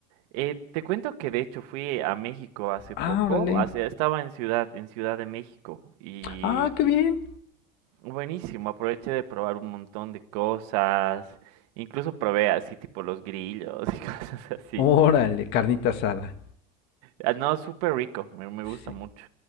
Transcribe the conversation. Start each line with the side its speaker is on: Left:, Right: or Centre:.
Right: Eh, te cuento que de hecho fui a México hace
Left: Ah,
Right: poco,
Left: órale,
Right: hace, estaba en ciudad, en Ciudad de México y
Left: ah, qué bien,
Right: buenísimo, aproveché de probar un montón de cosas, incluso probé así tipo los grillos y <laughs> cosas así.
Left: órale, carnita asada.
Right: Ah, No, súper rico, me, me gusta
Left: Sí,
Right: mucho.